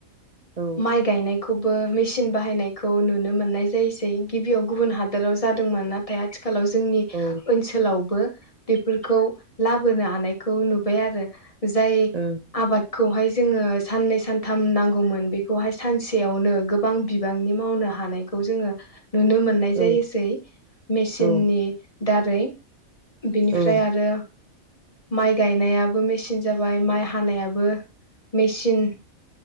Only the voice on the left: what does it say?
माइ गायनाय खौबो मेचिन बाहायनायखौ नुनो मोननाय जायोसै गिबियाव गुबुन हादोराव जादोंमोन नाथाय आथि आथिखालाव जोंनि
ओनसोलावबो बेफोरखौ लाबोनो हानायखौ नुबाय आरो जाय
आबादखौहाय जोङो साननै सानथाम नांगौमोन बे बेखौहाय सानसेयावनो गोबां बिबांनि मावनो हानायखौ जोङो नुनो मोननाय
जायोसै मेसिननि
दारै बेनिफ्राय
आरो माइ गायनायाबो मेचिन जाबाय माइ हानायाबो मेचिन